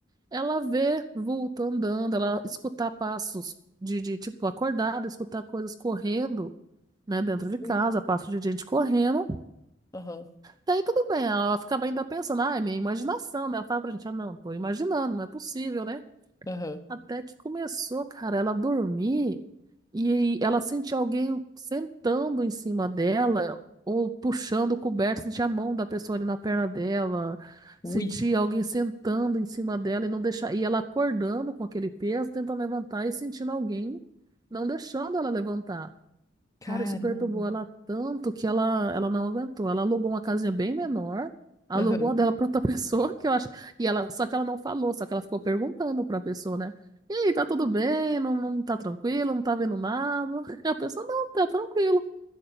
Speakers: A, on the right (about 20°); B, on the left (about 20°).
A: Ela vê vulto andando, ela escutar passos de, de tipo acordada, escutar coisas correndo, né, dentro de
B: Ui.
A: casa, passos de gente correndo.
B: Aham,
A: Daí tudo bem, ela ficava ainda pensando, ah, é minha imaginação, né? Ela fala pra gente, ah, não, tô imaginando, não é possível, né?
B: aham.
A: Até que começou, cara, ela dormir. E aí ela sentia alguém sentando em cima dela ou puxando o coberto, sentia a mão da pessoa ali na perna dela, sentia
B: Ui,
A: alguém sentando em cima dela e não deixar, e ela acordando com aquele peso, tentando levantar e sentindo alguém não deixando ela levantar.
B: caramba.
A: Cara, isso perturbou ela tanto que ela, ela não aguentou. Ela alugou uma casinha bem menor, alugou
B: Aham.
A: a dela pra outra <laughs> pessoa, que eu acho. E ela, só que ela não falou, só que ela ficou perguntando pra pessoa, né? E aí, tá tudo bem? Não, não tá tranquilo? Não tá vendo nada? <laughs> E a pessoa, não, tá tranquilo.